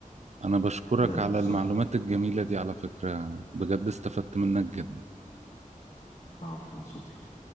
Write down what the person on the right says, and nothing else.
انا بشكرك
على
المعلومات الجميلة دي على فكرة بجد استفدت منك جدا